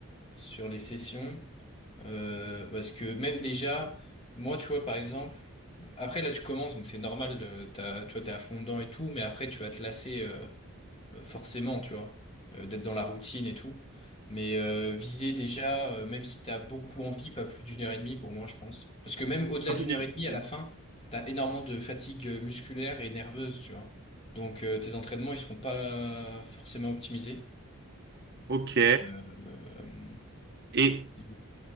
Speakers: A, on the left; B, on the right.
A: sur les sessions. Euh, parce que même déjà, moi, tu vois, par exemple, après, là, tu commences, donc c'est normal, euh, t'as- tu vois, t'es à fond dedans et tout, mais après, tu vas te lasser. euh, euh, forcément, tu vois, euh, d'être dans la routine et tout. Mais euh, viser déjà, euh, même si t'as beaucoup envie, pas plus d'une heure et demie pour moi, je pense. Parce que même au-delà
B: un
A: d'une heure et demie, à la fin, t'as énormément de fatigue euh, musculaire et nerveuse, tu vois. Donc euh, tes entraînements, ils seront pas forcément optimisés.
B: Ok.
A: Euh, euh,
B: Et
A: et-